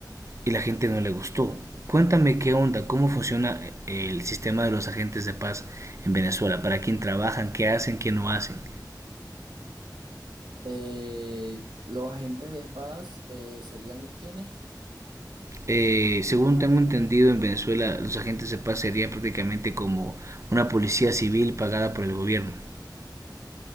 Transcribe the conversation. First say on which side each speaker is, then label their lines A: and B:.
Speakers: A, on the right; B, on the right.
A: y la gente no le gustó. Cuéntame qué onda, cómo funciona eh, el sistema de los agentes de paz en Venezuela, para quién trabajan, qué hacen, qué no hacen.
B: Eh, los agentes de espadas eh, serían ¿quiénes?
A: Eh, según tengo entendido, en Venezuela los agentes de paz serían prácticamente como una policía civil pagada por el gobierno.